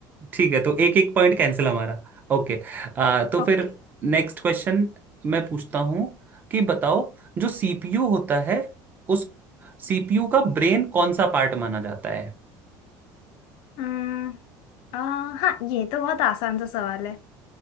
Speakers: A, on the right; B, on the left.
A: ठीक है तो एक एक पॉइंट कैंसिल हमारा ओके आ, तो
B: ओके
A: फिर नेक्स्ट क्वेश्चन मैं पूछता हूँ कि बताओ जो सीपीयू होता है उस सीपीयू का ब्रेन कौन सा पार्ट माना जाता है
B: हम्म आ, हाँ ये तो बहुत आसान सा सवाल है